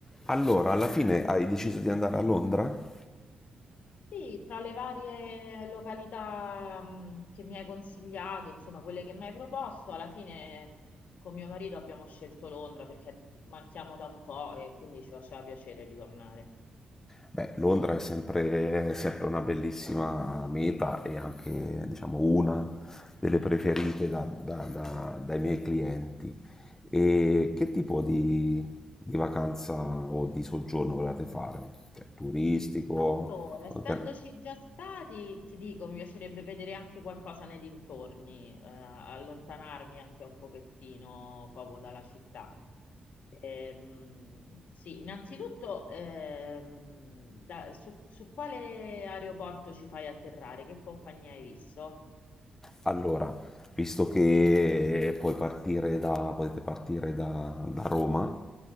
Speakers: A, on the left; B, on the left.
A: Allora, alla fine
B: Quindi,
A: hai deciso di andare a Londra?
B: Sì, tra le varie località mh, che mi hai consigliato, insomma, quelle che mi hai proposto, alla fine con mio marito abbiamo scelto Londra perché manchiamo da un po' e quindi ci faceva piacere ritornare.
A: Beh, Londra è sempre, è sempre una bellissima meta e anche, diciamo, una delle preferite da- da- da- dai miei clienti. E che tipo di, di vacanza o di soggiorno volete fare? Cioè, turistico?
B: Allora, essendoci
A: Orga-
B: già stati, ti dico, mi piacerebbe vedere anche qualcosa nei dintorni, eh, allontanarmi anche un pochettino proprio dalla città. Ehm, sì, innanzitutto ehm, da- su, su quale aeroporto ci fai atterrare? Che compagnia hai visto?
A: Allora, visto che puoi partire da, potete partire da, da Roma,